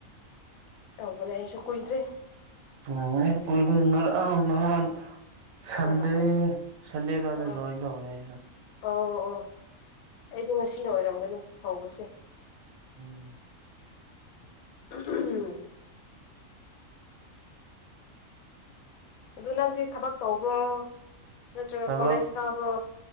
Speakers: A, on the left; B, on the right.
A: ꯇꯧꯕꯅꯦ ꯑꯩꯁꯨ ꯀꯨꯏꯗ꯭ꯔꯦ
B: ꯎꯝ ꯃꯔꯥꯟ ꯁꯟꯗꯦ
A: ꯑꯣ ꯑꯣ
B: ꯁꯟꯗꯦꯗ ꯑꯗ
A: ꯑꯣ
B: ꯖꯣꯏꯟ ꯇꯧꯕꯅꯦꯁꯤꯗ
A: ꯑꯣ ꯑꯣ ꯑꯩꯗꯤ ꯉꯁꯤꯅ ꯑꯣꯏꯔꯝꯒꯅꯤ ꯍꯧꯕꯁꯦ
B: ꯎꯝ
A: ꯎꯝ ꯑꯗꯨ ꯅꯪꯗꯤ ꯊꯕꯛ ꯇꯧꯕꯣ ꯅꯠꯇ꯭ꯔꯒ
B: ꯊꯕꯛ
A: ꯀꯣꯂꯦꯖ ꯊꯥꯕꯣ